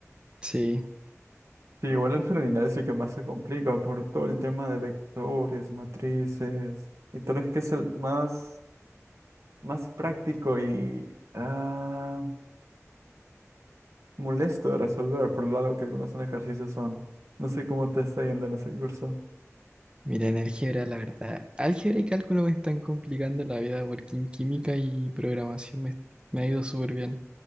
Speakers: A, on the right; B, on the right.
A: Sí,
B: Sí, igual álgebra lineal es el que más se complica por todo el tema de vectores, matrices, y tal vez que es el más, más práctico y ah, molesto de resolver, por lo largo que algunos son ejercicios son. No sé cómo te está yendo en ese curso.
A: mira, en álgebra, la verdad, álgebra y cálculo me están complicando la vida, porque en química y programación me, me ha ido súper bien.